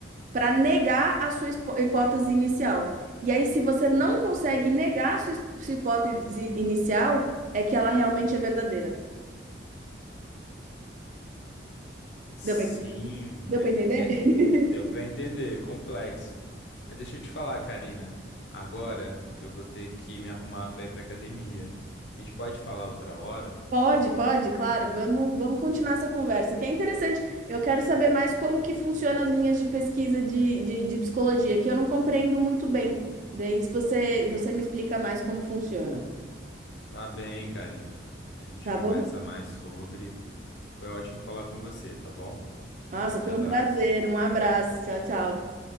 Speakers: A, on the right; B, on the left.
A: para negar a sua espo- hipótese inicial. E aí, se você não consegue negar a sua es- sua hipótese inicial, é que ela realmente é verdadeira.
B: sim,
A: Deu pra Deu
B: é-
A: para entender?
B: é- é,
A: <laughs>
B: deu para entender, complexo. Mas deixa eu te falar, Karina. Agora eu vou ter que me arrumar para ir para academia. A gente pode falar outra hora?
A: Pode, pode, claro. Vamos, vamos continuar essa conversa, que é interessante. Eu quero saber mais como que funcionam as linhas de pesquisa de, de, de psicologia, que eu não compreendo muito bem. Daí, se você, você me explica mais como funciona,
B: Tá bem, Karina. A gente
A: tá
B: conversa
A: bom?
B: mais sobre. Foi ótimo falar com você, tá bom?
A: Nossa,
B: Grande
A: foi
B: abraço.
A: um prazer. Um abraço. Tchau, tchau.